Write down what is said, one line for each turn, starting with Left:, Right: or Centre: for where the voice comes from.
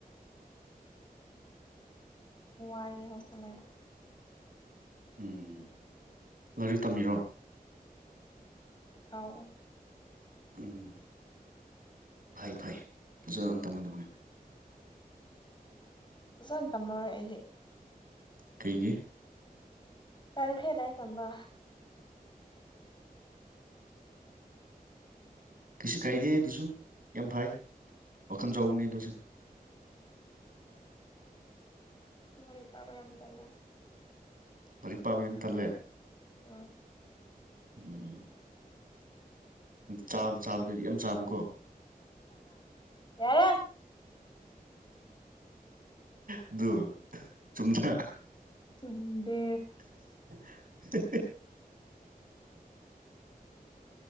Left: ꯋꯥꯏ ꯍꯣꯁꯇꯦꯜ ꯂꯩꯕ
Right: ꯎꯝ ꯂꯥꯏꯔꯤꯛ ꯇꯝꯃꯤꯔꯣ
Left: ꯍꯥꯎ
Right: ꯎꯝ ꯐꯩ ꯐꯩ ꯐꯖꯅ ꯇꯨꯝꯒꯗꯧꯅꯤ
Left: ꯐꯖꯅ ꯇꯝꯃꯔꯣꯏ ꯑꯩꯗꯤ
Right: ꯀꯩꯒꯤ
Left: ꯇꯟꯈꯔꯦ ꯂꯥꯏꯔꯤꯛ ꯇꯝꯕ
Right: ꯀꯩꯁꯨ ꯀꯥꯏꯗꯦ ꯑꯗꯨꯨꯖꯨ ꯌꯥꯝ ꯐꯩ ꯋꯥꯈꯟ ꯆꯥꯎꯕꯅꯦ ꯗꯧꯁꯦ
Left: ꯂꯥꯏꯔꯤꯛ ꯄꯥꯕꯥ ꯌꯥꯝ ꯇꯜꯂꯦ
Right: ꯂꯥꯏꯔꯤꯛ ꯄꯥꯕꯒꯤ ꯌꯥꯝ ꯇꯜꯂꯦ
Left: ꯎꯝ
Right: ꯎꯝ ꯆꯥꯕ ꯆꯥꯕꯗꯗꯤ ꯌꯥꯝ ꯆꯥꯕꯀꯣ
Left: ꯌꯥꯔꯦ
Right: ꯑꯗꯨ ꯆꯨꯝꯗ꯭ꯔꯥ
Left: ꯆꯨꯝꯗꯦ
Right: <unintelligible>